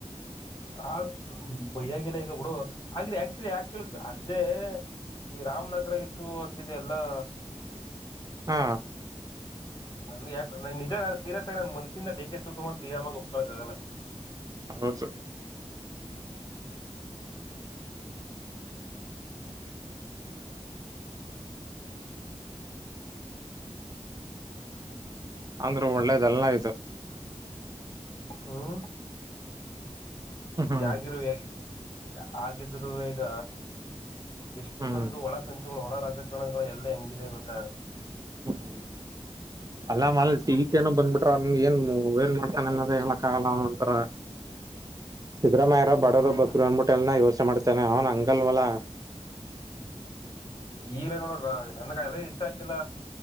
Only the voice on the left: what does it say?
ಹ ಬಯ್ಯಾಗಿಲ್ಲ ಈಕ ಬಿಡು ಆದ್ರೆ ಆಕ್ಚುಲಿ ಯಾಕ ಕೇಳ ಅದ್ದೇ ಈ ರಾಮನಗರ ಇಸು ಹಾಕಿದೆ ಎಲ್ಲಾ
ನನ್ಗೆ ಯಾಕ ನಿಜ ನ ಸೀರಸ್ ಆಗ ನ ಮನ್ಸಿಂದ ಡಿ ಕೆ ಶಿವಕುಮಾರ್ ಸರಾಮಗ ಒಪ್ಕಳಕ್ ಆಗಲ್ಲ
ಹ್ಮ
ಯಾಗಿಿರುವೋ ಯಾಗಿ ಆಗಿದ್್ರೇಗ ಎಷ್ಟೊಂದು
ಒಳ ಸಂಚ ಹೊಳ ರಾಜಕಾರಣಗಳ ಎಲ್ಲೇ ಹೆಂಗಿದೆ ಗೊತ್ತೆ
ಹ್ಮ್
ಈಗೇ ನೋಡ ನನ್ಗ ಅದೇ ಇಷ್ಟ ಆಯತಿಲ್ಲ